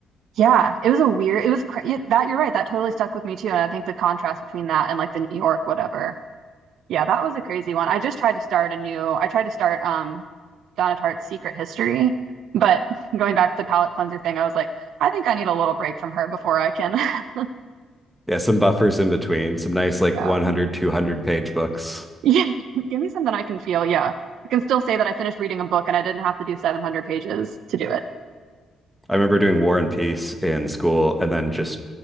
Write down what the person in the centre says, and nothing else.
Yeah, some buffers in between, some nice like
100, 200 page books.
I remember doing War and Peace in school and then just